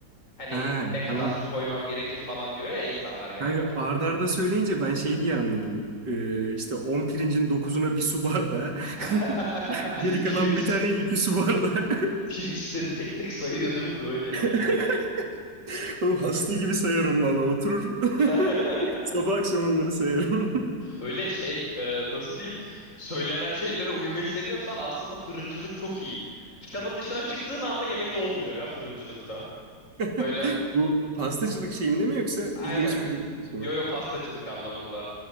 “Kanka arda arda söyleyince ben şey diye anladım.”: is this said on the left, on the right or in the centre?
Right